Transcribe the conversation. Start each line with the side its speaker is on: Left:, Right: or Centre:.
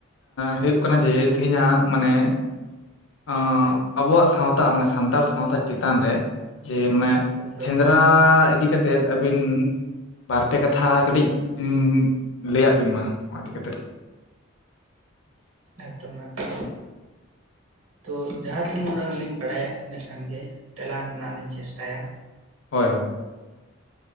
Left: ᱦᱩᱭᱩᱜ ᱠᱟᱱᱟ ᱡᱮ ᱛᱤᱦᱤᱧ ᱟᱜ ᱢᱟᱱᱮ ᱚᱸ ᱟᱵᱚᱣᱟᱜ ᱥᱟᱶᱛᱟ ᱢᱟᱱᱮ ᱥᱟᱱᱛᱟᱲ ᱥᱟᱶᱛᱟ ᱪᱮᱛᱟᱱ ᱨᱮ, ᱡᱮ ᱢᱟᱱᱮ
Right: ᱦᱳᱭ ᱦᱳᱭ
Left: ᱥᱮᱱᱫᱨᱟ ᱤᱫᱤ ᱠᱟᱛᱮᱜ ᱟᱹᱵᱤᱱ, ᱵᱟᱨᱯᱮ ᱠᱟᱛᱷᱟ ᱠᱟᱹᱴᱤᱡ ᱩᱸ ᱞᱟᱹᱭ-ᱟᱜ ᱵᱤᱱ ᱢᱟ ᱱᱚᱣᱟ ᱤᱫᱤ ᱠᱟᱛᱮᱜ?
Right: ᱮᱠᱫᱚᱢ ᱮᱠᱫᱚᱢ ᱛᱚ ᱡᱟᱦᱟᱸ ᱛᱤᱤᱱ ᱩᱰᱝ ᱞᱤᱧ ᱵᱟᱲᱟᱭᱟ ᱛᱤᱱᱟᱹᱜ ᱜᱟᱱ ᱜᱮ, ᱛᱮᱞᱟ ᱢᱮᱱᱟᱜ ᱞᱤᱧ ᱪᱮᱥᱴᱟᱭᱟ ᱾
Left: ᱦᱚᱭ ᱦᱚᱭ ᱾